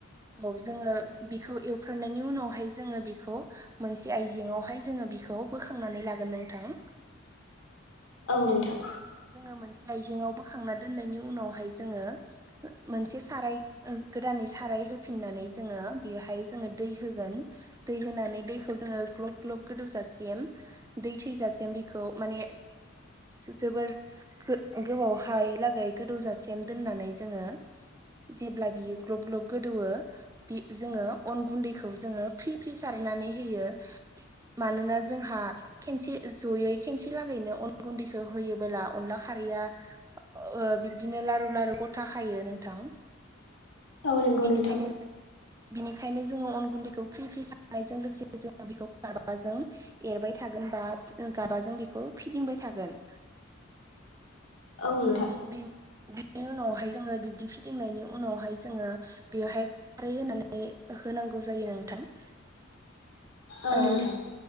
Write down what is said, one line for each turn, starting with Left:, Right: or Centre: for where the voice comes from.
Right: औ जोङो बेखौ एवफ्रामनायनि उनावहाय जोङो बेखौ मोनसे आइजेंआवहाय जोङो बिखौ बोखांनानै लागोन नोंथां
Left: औ नोंथां
Right: जोङो मोनसे आइजेंआव बोखांना दोननायनि उनावहाय जोङो मोनसे साराय गोदानै साराय होफिननानै जोङो बेवहाय जोङो दै होगोन दै होनानै दैखौ जोङो ग्लब ग्लब गोदौ जासिम दै थैजासिम बिखौ माने जोबोर गो गोबाव हायै लागै गोदौजासेम दोननानै जोङो जेब्ला बियो ग्लब ग्लब गोदौयो बे जोङो अन गुन्दैखौ जोङो फ्रि फ्रि सारनानै होयो मानोना जोंहा खेनसे जयै खेनसे लागैनो अन गुन्दैखौ होयोबोला अनला खारैया ओ बिब्दिनो लारु लारु गथा खायो नोंथां
Left: औ नंगौ
Right: बिनिखायनो
Left: नोंथां
Right: बिनिखायनो जोङो अन गुन्दैखौ फ्रि फ्रि सारनायजों लोगोसे जोङो बेखौ गारबा जों एरबाय थागोन बा गाबाजों बेखौ फिदिंबाय थागोन
Left: औ नोंथां
Right: ओ बिनि बेनि उनावहाय जोङो बिब्दि फिदिंनायनि उनावहाय जोङो बेवहाय खारै होनानै होनांगौ जायो नोंथां
Left: औ
Right: ओ
Left: नोंथां